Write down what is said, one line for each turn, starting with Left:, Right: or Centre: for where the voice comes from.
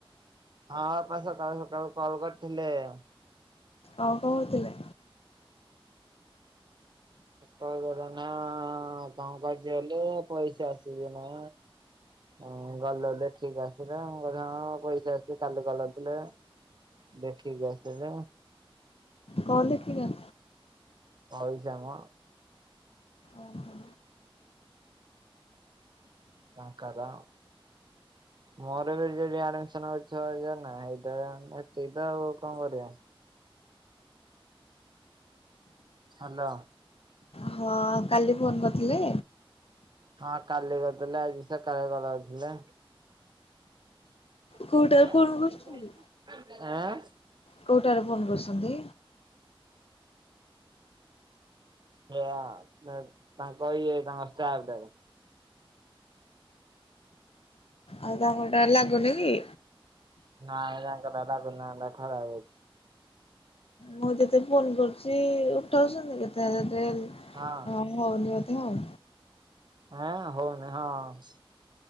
Right: ହଁ ବାପା ସକାଳୁ ସକାଳୁ କଲ୍ କରିଥିଲେ ଆ
Left: ଆଉ କହୁଥିଲେ
Right: କଣ ଗଲା ନା ହଁ କାମ କରୁଛୁ ହେଲେ ପଇସା ଆସୁଛି ନା ହୁଁ ଗଲେ ଦେଖିକି ଆସିଲେ ମୁ କହିଲି ପଇସା ଆସିଛି କାଲି କଲ୍ କରିଥିଲେ। ଦେଖିକି ଆସିଲେ
Left: କଣ ଦେଖିବା?
Right: ପଇସା ମ
Left: ଓ ହୋ।
Right: ପାଙ୍କାଦା ମୋର ବି ରି ଆଡମିସନ କରିଚି ଛଅ ହଜାର ନା ହେଇ ହେତିକି ତ ଆଉ କଣ କରିବା ହାଲୋ
Left: ହଁ କାଲି ଫୋନ୍ କରିଥିଲେ?
Right: ହଁ କାଲି କରିଥିଲେ ଆଜି ସକାଳେ କରିଥିଲେ। ଆଁ
Left: କୋଉଟାରେ ଫୋନ୍ କରୁଛନ୍ତି? କୋଉଟାରେ ଫୋନ୍ କରିସନ୍ତି?
Right: ଏଆ ତାଙ୍କ ଇଏ ତାଙ୍କ ଷ୍ଟାପ୍ ଟାରେ।
Left: ଆଉ ତାଙ୍କରଟା ଲାଗୁନି କି?
Right: ନାଇଁ ତାଙ୍କର ଲାଗୁନି ହେଟା ଖରାପ୍ ହେଇଯାଇଛି।
Left: ମୁଁ ଯେତେ ଫୋନ୍ କରୁଛି ଉଠାଉଛନ୍ତି କେତେ ଯେତେ
Right: ହଁ
Left: ହଁ ହଉନି ବୋଧେ ଆଉ
Right: ହଁ ହଉନି ହଁ ଅଁ